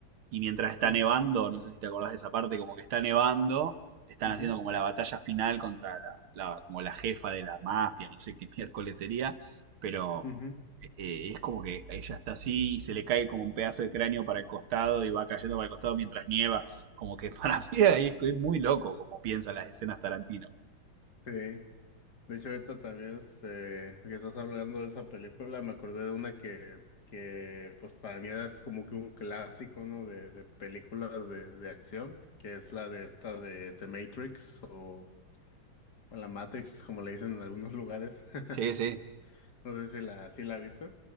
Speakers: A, on the right; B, on the left.
A: y mientras está
B: ujú,
A: nevando, no sé si te acordás de esa parte, como que está nevando, están
B: ujú,
A: haciendo como la batalla final contra la, la- como la jefa de la mafia, no sé qué <laughs> miércoles sería, pero
B: ujú.
A: eh, es como que ella está así y se le cae como un pedazo de cráneo para el costado y va cayendo para el costado mientras nieva, como que para <laughs> mí ahí es, es muy loco como piensan las escenas Tarantino.
B: Sí. De hecho, ahorita también, este, que estás hablando de esa película, me acordé de una que, que pues para mí es como que un clásico, ¿no? De, de películas de, de acción, que es la de esta de The Matrix o, o la Matrix, como le dicen en algunos lugares. <laughs>
A: Sí, sí.
B: No sé si la, si la viste.